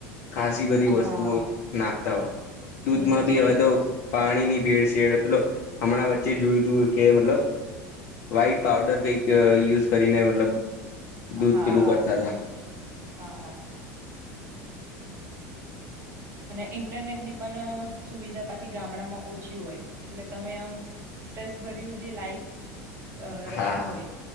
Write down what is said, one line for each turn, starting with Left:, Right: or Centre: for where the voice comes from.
Left: ખાસી બધી વસ્તુઓ
Right: હા
Left: નાખતા હોય દૂધમાં
Right: અને પછી
Left: બી હવે તો પાણી ની ભીડ છે પેલો હમણાં વચ્ચે જોય તું કે મતલબ વ્હાઈટ પાવડર કઈક યુઝ કરીને મતલબ
Right: હા
Left: દૂધ પીલું કરતા હતા
Right: હા અને ઇન્ટરનેટની પણ સુવિધા પાછી ગામડામાં ઓછી હોય એટલે તમે આમ સ્ટ્રેસ ભર્યું જે લાઈફ અ રહ્યા
Left: હા
Right: હોય